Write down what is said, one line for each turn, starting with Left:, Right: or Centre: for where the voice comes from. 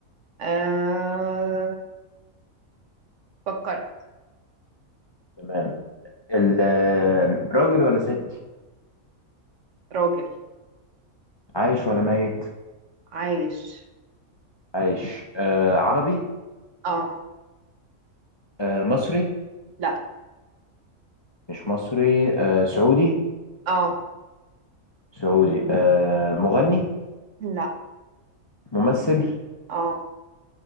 Right: أه... فكرت
Left: تمام ال- راجل ولا ست
Right: راجل
Left: عايش ولا ميت
Right: عايش
Left: عايش آه عربي
Right: اه
Left: آه مصري
Right: لا
Left: مش مصري آه سعودي
Right: اه
Left: سعودي آه مغني
Right: لا
Left: ممثل
Right: اه